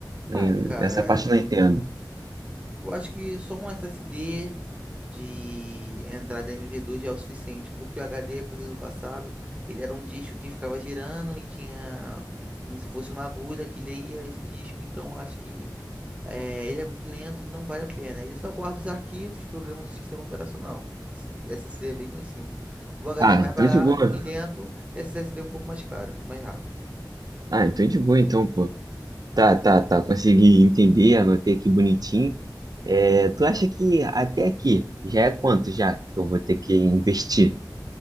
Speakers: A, on the right (about 55°); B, on the right (about 15°).
A: Eh,
B: Ah, cara,
A: Essa parte eu não entendo.
B: Eu acho que só um SSD de entrada MV2 já é o suficiente, porque o HD é coisa do passado. Ele era um disco que ficava girando e tinha como se fosse uma agulha que lia esse disco. Então acho que eh, ele é muito lento e não vale a pena. Ele só guarda os arquivos, programas do sistema operacional. Esse SSD é bem mais simples. O HD
A: Ah,
B: é mais
A: então
B: barato
A: de boa.
B: e lento. Esse SSD é um pouco mais caro e mais rápido.
A: Ah, então de boa, então, pô. Tá, tá, tá. Consegui entender, anotei aqui bonitinho. É, tu acha que até aqui já é quanto já que eu vou ter que investir,